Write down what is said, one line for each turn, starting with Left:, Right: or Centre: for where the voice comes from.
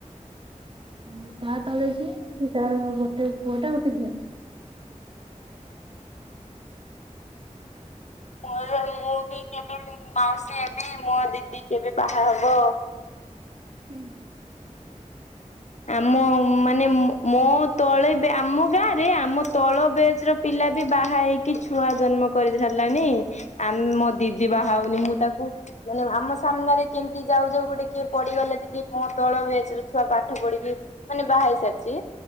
Right: ଆଉ ତା ତଳେ ଯିଏ ତାର ଗୋଟେ ପୁଅଟେ ଝିଅଟେ।
Left: ମୋର ମୁଁ ବି କେବେ ମାଉସୀ ହେବ ମୋ ଦିଦି କେବେ ବାହା ହବ।
Right: ହୁଁ।
Left: ଆମ ମାନେ ମୋ ତଳେ ଆମ ଗାଁ ରେ ଆମ ତଳ ବେଜ୍ ର ପିଲା -- ପିଲା ଯେ ବାହା ହେଇକି ଛୁଆ ଜନ୍ମ କରି ସାରିଲାଣି ଆମ ମୋ ଦିଦି ବାହା ହଉନି ମୁଁ ତାକୁ ମାନେ ଆମ ସାମ୍ନାରେ କେମିତି ଯାଉ ଯାଉ ଗୋଟେ କିଏ ପଡିଗଲେ ଦିଦି ମୋ ତଳ ବେଚ ର ଛୁଆ ପା -- ପାଠ ପଢିକି ମାନେ ବାହା ହେଇ ସାରିଛି